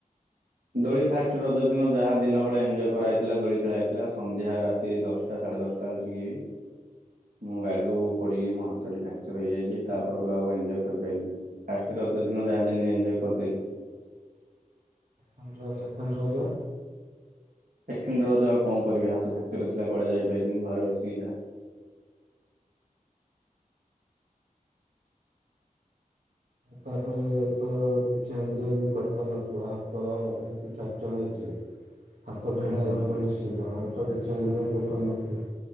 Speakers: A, on the right; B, on the right.
A: ଦୋଳି ଫାଷ୍ଟ ରଜ ଦିନ ଯାହା ଦିନ ବେଳେ ଏଞ୍ଜୟ କରାଥିଲା ଦୋଳି ଖେଳା ହେଇଥିଲା ସନ୍ଧ୍ୟା ରାତି ଦଶଟ୍ ଟା ସାଢେ ଦଶଟା ଆଲଛି ଏ ମୁଁ ଗାଡିରୁ ପଡିକି ମୋ ହାତ ଟି ଫ୍ରାକ୍ଚର ହେଇଯାଇଛି ତାପଠୁ ଆକୁ ଏନ୍ଜୟ କରିପାରିଲିନି ଫାଷ୍ଟ ର ଦିନ ଯାହା ଯେମିତି ଏଞଜୟ କରିଦେଲି
B: ଥଣ୍ଡର ସେକେଣ୍ଡ ରଜ
A: ଏକ୍ଷରେ ରଜ ଆଉ କଣ କରିବି ହାତ ଫାକ୍ଚର ଥିଲାୁଆଡେ ଯାଇପାରିଲିନି ଘରେ ବସିକି ଯା
B: ତାପରେ ଏ ତ କିଛି ଏଞଜୟ ବି କରିପାରିନଥିବ ହାତ ଏତି ଫ୍ରାକ୍ଚର ହେଇଛି
A: <unintelligible>
B: ହାତ ଭିଡା ହେଇଯିବ
A: ହଁ
B: ନିଶ୍ଚିନ୍ତ ଆଉ ତ କିଛି ଏଞଜୟ କରି ପାରି ନ ଥିବ